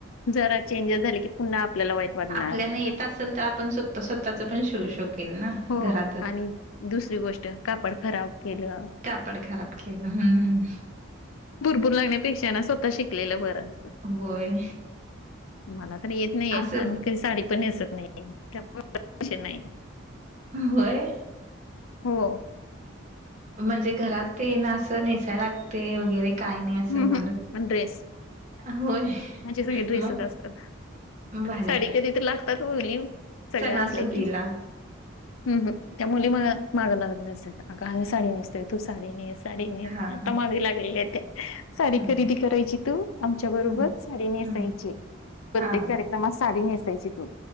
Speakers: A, on the left; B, on the right.
A: जरा चेंजेस झाले की पुन्हा आपल्याला वाईट. वाटणार.
B: आपल्यान येत असल तर, आपण स्वतः स्वतःच पण शिवू शकेल ना
A: हो
B: घरातच.
A: आणि दुसरी गोष्ट कापड खराब केलं.
B: कापड खराब केलं हम हम.
A: पूर लागण्यापेक्षा ना, स्वतः शिकलेलं बरं असतं.
B: होय.
A: मला तर येत नाही ये
B: असं
A: आणि मी कधी साडी. नेसत नाही <unintelligible>
B: व्हय.
A: हो.
B: म्हणजे घरात तेन असं नेसाय लागते वगैरे. काय नाही असं
A: अहम
B: म्हणत
A: ड्रेस.
B: होय
A: म्हणजे सगळे ड्रेसच
B: मग
A: असतात.
B: भारी
A: साडी कधी तर लाग आताचं बोलीव सगळे
B: सणासुदीला
A: असल्या की. हम त्या मुली माग लागलेल्या असतात. आगं आम्ही साडी नेसतोय तू साडी नेस. साडी नेस
B: हा
A: आता
B: हा
A: मागे लागलेल्या त्या. साडी
B: हम्म
A: खरेदी करायची तू, आमच्या बरोबर
B: हम्म
A: साडी नेसायची
B: हम्म
A: प्रत्येक
B: हा हा
A: कार्यक्र मग साडी नेसायची तू.